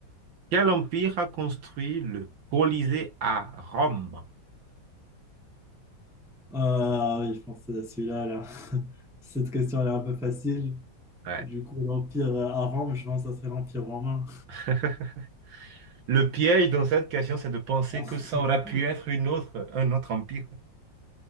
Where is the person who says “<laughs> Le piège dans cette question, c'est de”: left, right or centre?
Right